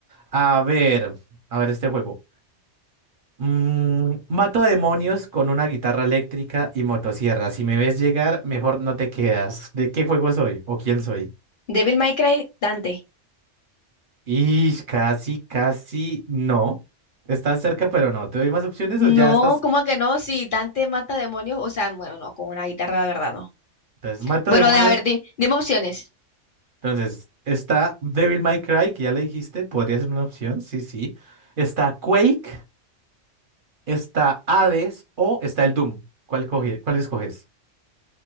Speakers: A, on the right; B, on the left.
A: A ver, a ver este juego. Mm, mato demonios con una guitarra eléctrica y motosierra. Si me ves llegar, mejor no te quedas. ¿De qué juego soy o quién soy?
B: Devil May Cry, Dante.
A: Y casi, casi no. Estás cerca, pero no. ¿Te doy más opciones
B: No,
A: o ya estás?
B: ¿cómo que no? Si Dante mata demonios, o sea, bueno, no, con una guitarra la verdad no.
A: Entonces, mato
B: Bueno,
A: demonios.
B: de, a ver, di- dime opciones.
A: Entonces, está Devil May Cry, que ya le dijiste, podría ser una opción. Sí, sí. Está Quake, está Hades o está el Doom. ¿Cuál coge- cuál escoges?